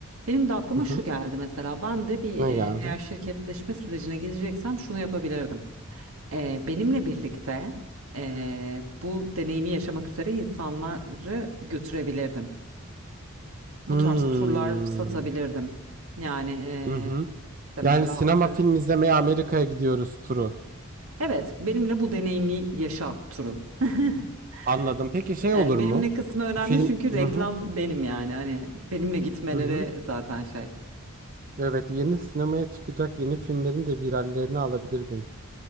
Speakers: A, on the right; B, on the right.
A: Benim de aklıma
B: Hı hı.
A: şu geldi mesela. Ben de bir
B: Ne
A: e,
B: geldi?
A: eğer şirketleşme sürecine gideceksem şunu yapabilirdim. E, benimle birlikte e, bu deneyimi yaşamak üzere insanları götürebilirdim. bu
B: Hmm.
A: tarz turlar satabilirdim. Yani eee,
B: Hı hı.
A: işte mesela
B: Yani sinema
A: atıyorum.
B: film izlemeye Amerika'ya gidiyoruz turu.
A: Evet, benimle bu deneyimi yaşa turu. <laughs>
B: Anladım. Peki şey
A: E,
B: olur mu?
A: benimle kısmı önemli
B: Film
A: çünkü reklam
B: Hı hı.
A: benim yani. Hani benimle gitmeleri
B: Hı hı.
A: zaten şey.
B: Evet, yeni sinemaya çıkacak yeni filmlerin de virallerini alabilirdin.